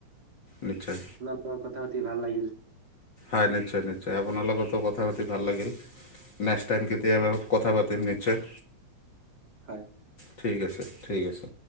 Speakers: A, on the left (about 40°); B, on the right (about 35°).
A: নিশ্চয়।
B: ক, কথা পাতি ভাল লাগিল
A: হয়, নিশ্চয়, নিশ্চয়, আপোনাৰ লগতো কথা পাতি ভাল লাগিল। নেক্সট টাইম কেতিয়াবা কথা পাতিম নিশ্চয়।
B: হয়।
A: ঠিক আছে, ঠিক আছে।